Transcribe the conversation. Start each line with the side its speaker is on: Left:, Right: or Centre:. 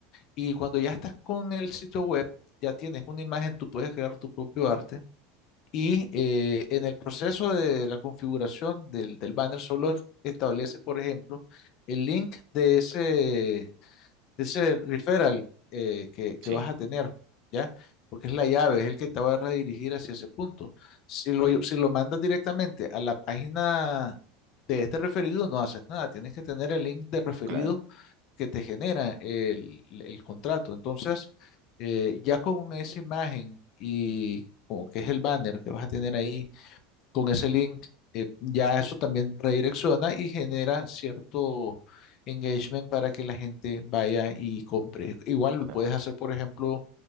Left: y cuando ya estás con el sitio web, ya tienes una imagen, tú puedes crear tu propio arte. Y eh, en el proceso de la configuración del, del banner solo estableces, por ejemplo, el link de ese, ese referral eh, que, que
Right: Sí,
Left: vas a tener, ¿ya? Porque es la llave, es el que te va a redirigir hacia ese punto. Si lo, si lo mandas directamente a la página de este referido, no haces nada, tienes que tener el link de referido
Right: claro,
Left: que te genera el, el contrato. Entonces, eh, ya con esa imagen y como que es el banner que vas a tener ahí con ese link, eh, ya eso también redirecciona y genera cierto engagement para que la gente vaya y compre. Igual lo
Right: claro.
Left: puedes hacer, por ejemplo,